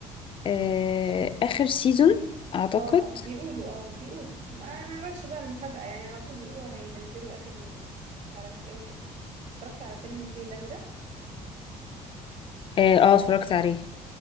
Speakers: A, on the left (about 35°); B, on the right (about 55°).
A: آه آخر سيزون أعتقد
B: اه بيقولوا اه بيقولوا ما نعرفش بقى المفاجأة يعني على طول بيقولوا هينزلوا اخر م- مش عارف ايه وكده اتفرجت على فيلم الفيل الأزرق
A: اه آه، اتفرجت عليه